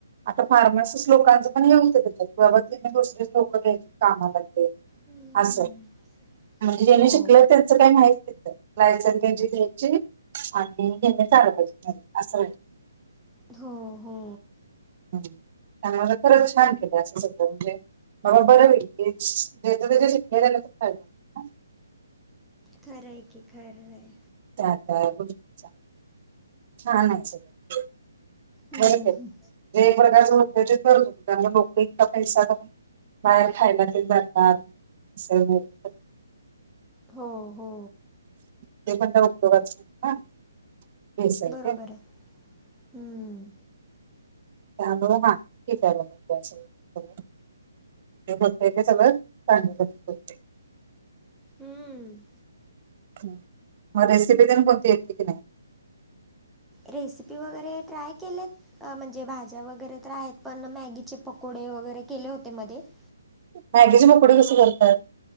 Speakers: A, on the right (about 35°); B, in the centre.
A: आता फार्मासिस्ट लोकांचं पण हे होइल ते त्याच्यात बाबा तिने दुसरेच लोकं घ्यायचेत कामाला ते
B: हम्म.
A: असं. म्हणजे ज्यांनी
B: हो
A: शिकले त्यांचं काही नाहीच तिथं वाया चालली म्हणजे घ्यायची आणि त्यांना चारत बसणारे असं म्हणजे
B: हो हो.
A: <unintelligible> खरंच छान केलं असं सगळ म्हणजे बरोबर भेटलीत ज्याचं त्याच शिकलेले फायदा. होईल ना
B: खरं आहे की खरं आहे.
A: त्या का गोष्टीचा छान आहे सगळ.
B: हं,
A: वर्गाचं
B: हं.
A: <unintelligible> होतज करत त्यांना लोक इतका पैसा बाहेर खायला ते जातात कसंही बोललं तरं
B: हो हो.
A: ते पण काय उपयोगाच नाही ना. भेसळ
B: बरोबर
A: ते
B: आहे हम्म.
A: त्यामुळे हा <unintelligible> जे बोलतय ते सगळ चांगलं होतंय.
B: हम्म.
A: मग रेसिपी देण कोणती येते की नाही.
B: रेसिपी वगैरे ट्राय केलेत म्हणजे भाज्या वगैरे तर आहेत. पण मॅगीचे पकोडे वगैरे केले होते मध्ये -
A: मॅगेचे पकोडी कसं करतात